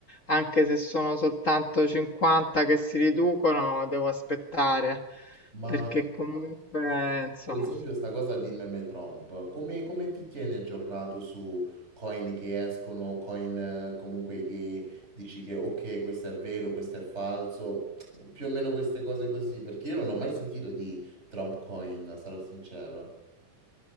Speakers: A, on the left; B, on the right.
A: anche se sono soltanto 50 che si riducono, devo aspettare,
B: Ma
A: perché comunque, insomma,
B: Per esempio, sta cosa di meme Trump, come, come ti tieni aggiornato su coin che escono, coin eh, comunque che dici che ok, questo è vero, questo è falso, più o meno queste cose così, perché io non ho mai sentito di Trump coin, sarò sincero.